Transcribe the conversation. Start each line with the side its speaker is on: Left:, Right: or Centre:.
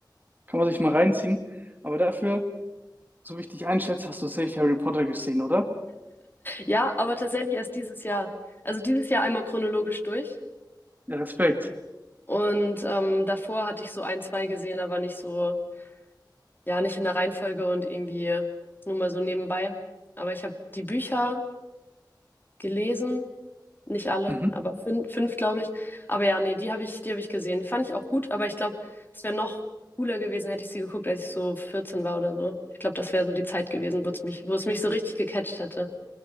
Right: kann man sich mal reinziehen. Aber dafür, so wie ich dich einschätze, hast du sicher Harry Potter gesehen, oder?
Left: Ja, aber tatsächlich erst dieses Jahr. Also dieses Jahr einmal chronologisch durch.
Right: Ja, Respekt.
Left: Und ähm, davor hatte ich so ein, zwei gesehen, aber nicht so, ja, nicht in der Reihenfolge und irgendwie nur mal so nebenbei. Aber ich habe die Bücher gelesen. Nicht alle,
Right: Mhm.
Left: aber fünf, fünf glaube ich. Aber ja, nee, die habe ich, die habe ich gesehen. Die fand ich auch gut, aber ich glaube, es wäre noch cooler gewesen, hätte ich sie geguckt, als ich so 14 war oder so. Ich glaube, das wäre so die Zeit gewesen, wo es mich, wo es mich so richtig gecatcht hätte.